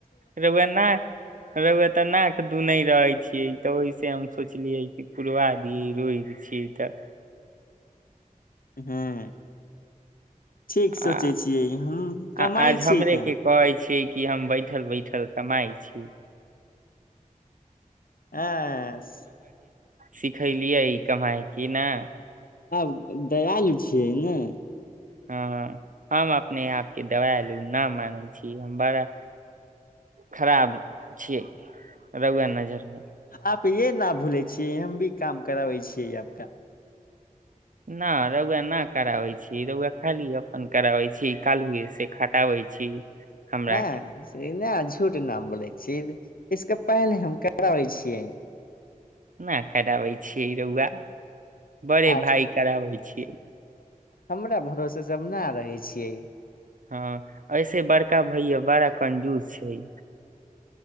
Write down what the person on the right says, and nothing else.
रौआ न रौआ तऽ नाक दूनेय रहे छियै तऽ ओहिस हम सोचलियै कि खुलवा दिए रुय छी तऽ
आ
आ आज हमरे
के कहै छियै कि हम बैठल बैठल कमाइ छी
सिखलियै ई कमाइ की ने
हँ हम अपने आपके दयालु न मानै छी हम बड़ा खराब छियै रौआ नजरमे
न रौआ न कराबै छी रौआ खाली अपन कराबै छी कालुए से खटाबैत छी हमरा
के
न कराबै छियै रौआा बड़े
भइ कराबै छियै
हँ ऐसे बड़का भैया बड़ा कंजूस छै